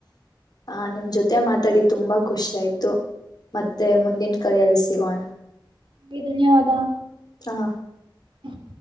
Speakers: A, on the left; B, on the right.
A: ಆ ನಿಮ್ ಜೊತೆ ಮಾತಾಡಿ ತುಂಬಾ ಖುಷಿ ಆಯ್ತು. ಮತ್ತೆ ಮುಂದಿನ ಕರಿ ಎಲ್ಸ. ಗಣ.
B: ಹಗೆ ನ್ಯವದಾ.
A: ಹಾ.
B: ಹ್ಮ್.